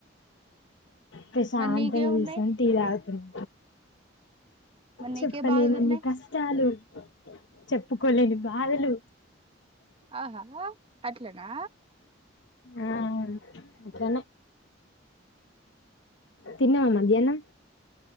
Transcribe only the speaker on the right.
మరి నీకే
ఉన్నాయి
మరి నీకే
బాధలు ఉన్నాయి
ఆ హా అట్లనా